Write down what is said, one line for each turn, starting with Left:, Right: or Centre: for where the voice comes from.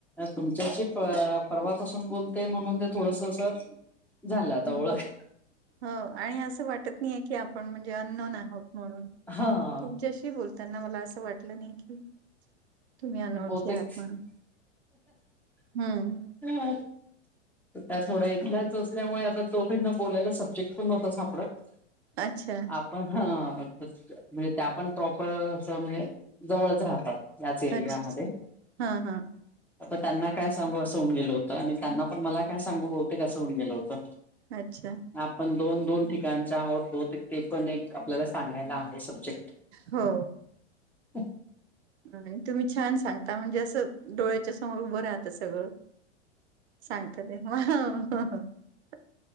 Centre: तुमच्याशी पर्वापासून बोलते म्हणून ते थोडस असं झालं आता
Right: ह्
Centre: ओळख
Right: हो आणि असं वाटत नाहीय की आपण म्हणजे ननन म्हण
Centre: हा
Right: तुमच्याशी बोल त्यांना मला असं वाटलं नाही की तुम्ही अनोळखी
Centre: बहुतेक
Right: आहात म्हणून हम्म
Centre: हा त्या थोड्या इथल्याच असल्यामुळे आता दोघेंना बोलायला सब्जेक्ट पण नव्हता सापडत
Right: अच्छा
Centre: ण म्हणजे त्या आपण प्रॉपर अस म्हणजे जवळच राहतात याच एरियामध्ये
Right: अच्छ हां, हां.
Centre: त्यांना काय सांगू असं होऊन गेलं होतं आणि त्यांना पण मला काय सांगू बहुतेक असं होन गेलं होतं
Right: अच्छा
Centre: आपण दोन दोन ठिकाणचे आहोत बहुतेक ते पण एक आपल्याला सांगायला आहे सब्जेक्ट
Right: हो.
Centre: ह.
Right: आणि तुम्ही छान सांगता म्हणजे असं डोळ्याच्या समोर उभं राहत सगळं. सांगत ते